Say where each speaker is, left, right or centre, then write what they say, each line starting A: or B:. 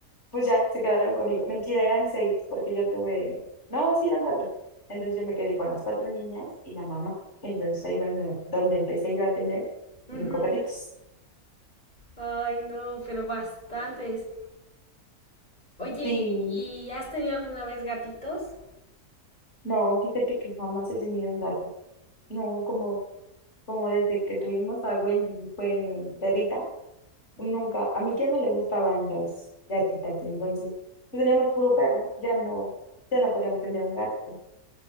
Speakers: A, on the left; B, on the left.
A: pues ya se quedaron conmigo. Mentira, eran seis, porque yo tuve, no, sí, eran cuatro. Entonces yo me quedé con las cuatro niñas y la mamá. Entonces ahí bueno, donde donde empecé yo a tener
B: ujú.
A: cinco perritos.
B: Ay, no, pero bastantes. Oye,
A: Sí,
B: ¿y, y has tenido alguna vez gatitos?
A: no, fíjate que jamás he tenido un gato. No, como, como desde que tuvimos a Wendy fue perrita, nunca, a mi tía no le gustaban las gatitas, entonces pues, teníamos puro perro, ya no, ya no podíamos tener un gato.